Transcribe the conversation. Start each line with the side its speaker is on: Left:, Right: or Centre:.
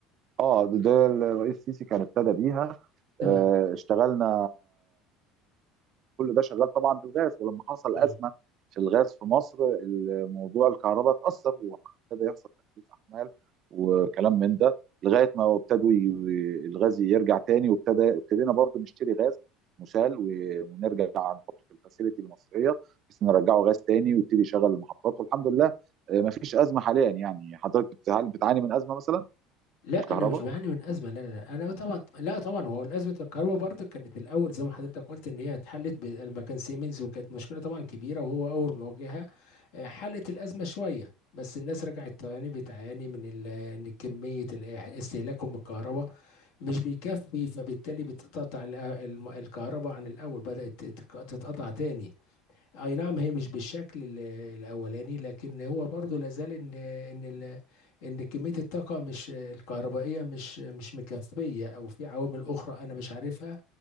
Right: اه ده الرئيس السيسي كان ابتدى بيها
Left: تمام
Right: آه، اشتغلنا كل ده شغال طبعا بالغاز ولما حصل
Left: امم
Right: ازمه في الغاز في مصر موضوع الكهرباء اتاثر وابتدى يحصل تخفيف احمال وكلام من ده لغايه ما ابتدوا ي... الغاز يرجع تاني وابتدى ابتدينا برضه نشتري غاز مسال و... ونرجع نحطه في الفاسيلتي المصريه بحيث نرجعه غاز تاني ويبتدي يشغل المحطات والحمد لله ما فيش ازمه حاليا يعني حضرتك بتعاني, بتعاني من ازمه مثلا
Left: لا
Right: في الكهرباء؟
Left: انا مش بعاني من ازمه لا لا لا انا طبعا لا طبعا هو ازمه الكهرباء برضه كانت الاول زي ما حضرتك قلت ان هي اتحلت لما كان سيمنز وكانت مشكله طبعا كبيره وهو اول ما واجهها آه، حلت الازمه شويه بس الناس رجعت تاني بتعاني من ال- ان كميه ال- استهلاكهم الكهرباء مش بيكفي فبالتالي بتتقطع ال- الم- الكهرباء عن الأول بدأت تتك- تتقطع تاني أي نعم هي مش بالشكل ال- الأولاني لكن هو برضو لازال إن إن ال- إن كمية الطاقة مش الكهربائية مش مش مكفية أو في عوامل أخرى أنا مش عارفها